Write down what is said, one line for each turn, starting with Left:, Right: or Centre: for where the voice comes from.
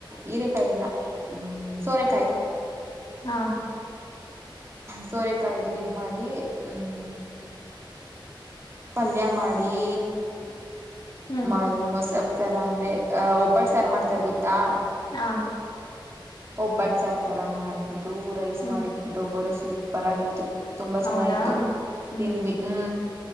Right: ಹೀರೆಕಾಯ ಎಲ್ಲ ಹ್ಮ ಸೋರೆಕಾಯಿ
Left: ಹಾ
Right: ಸೋರೆಕಾಯ್ದು ಇದ್ ಮಾಡಿ ಹ್ಮ್ ಪಲ್ಯ ಮಾಡಿ
Left: ಹ್ಮ್
Right: ಮ ಮೊಸ ತರ ಅಂದ್ರೆ ಅ ಒಬ್ಬಟ್ಟು ಸಾರ್ ಮಾಡ್ತಾರ ಗೊತ್ತಾ
Left: ಹಾ
Right: ಒಬ್ಬಟ್ ಸಾರ್ ತರ ಮಾಡ್ಬಿಟ್ಟು ರೈಸ್
Left: ಹ್ಮ್
Right: ಮಾಡಿಟ್ಬಿಟ್ಟು ಹೋಗೋರೆ ಸೂಪರ್ ಆಗಿತ್ತು ತುಂಬಾ
Left: ಹೌದಾ
Right: ಚೆನ್ನಾಯ್ತು
Left: ಹ್ಮ್
Right: ತಿಂದ್ವಿ ಹ್ಮ್